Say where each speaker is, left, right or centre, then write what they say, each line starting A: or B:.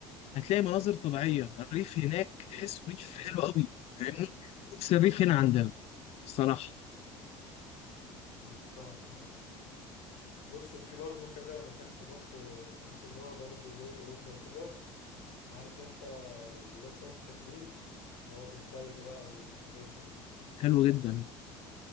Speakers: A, on the left (about 55°); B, on the left (about 70°).
A: هتلاقي مناظر طبيعية الريف هناك تحس ريف حلو قوي فاهمني نفس الريف هنا عندنا بصراحة
B: مم. فاهم فاهم. بص وفي برضو كذا مكان في مصر بحس ان هو برضو زي اوروبا وكده عارف انت جبال سانت كاترين اللي هو في التلج بقى والحاجات دي
A: حلو جدا